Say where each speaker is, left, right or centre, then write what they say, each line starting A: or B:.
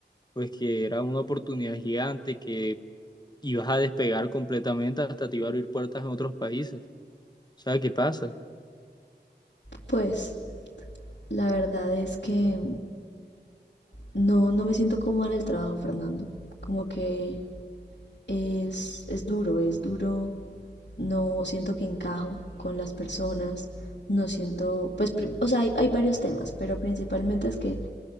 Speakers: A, on the left (about 25°); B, on the left (about 70°).
A: pues que era una oportunidad gigante, que ibas a despegar completamente hasta te iba a abrir puertas en otros países. O sea, ¿qué pasa?
B: Pues la verdad es que no, no me siento cómoda en el trabajo, Fernando, como que Es, es duro, es duro. No siento que encajo con las personas. No siento, pues, pri- o sea, hay, hay varios temas, pero principalmente es que